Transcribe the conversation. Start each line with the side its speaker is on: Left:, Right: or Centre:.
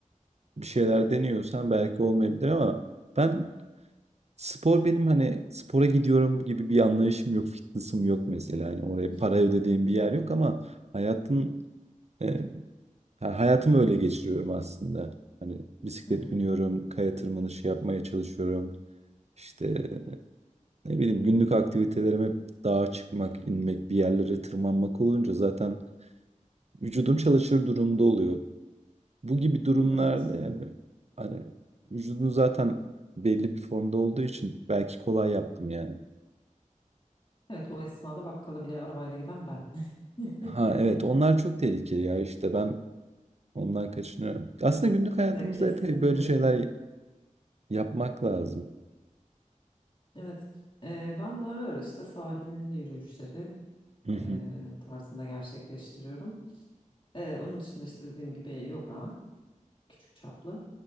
Right: bir şeyler deniyorsan belki olmayabilir ama ben spor benim hani spora gidiyorum gibi bir anlayışım yok, fitness'ım yok mesela. Hani oraya
Left: Hı
Right: para
Left: hı.
Right: ödediğim bir yer yok ama hayatın e, yani hayatımı öyle geçiriyorum aslında. Hani bisiklet
Left: Hı hı.
Right: biniyorum, kaya tırmanışı yapmaya çalışıyorum. İşte Ne bileyim günlük aktivitelerime hep dağa çıkmak, inmek, bir yerlere tırmanmak olunca zaten vücudum çalışır durumda oluyor. Bu gibi durumlarda
Left: Evet.
Right: yani hani vücudun zaten belli bir formda olduğu için belki kolay yaptım yani.
Left: Evet o esnada bakkala bile arabayla giden ben. <laughs>
Right: Ha evet onlar çok tehlikeli ya işte ben ondan kaçınıyorum. Aslında günlük hayatımızda
Left: Ya kesinlikle
Right: epey böyle
Left: tehlikeli.
Right: şeyler yapmak lazım.
Left: Evet. Ee, ben ara ara işte sahil yürüyüşleri
Right: Hı
Left: ee,
Right: hı,
Left: tarzında gerçekleştiriyorum. Ee, onun dışında işte dediğim gibi yoga küçük çaplı.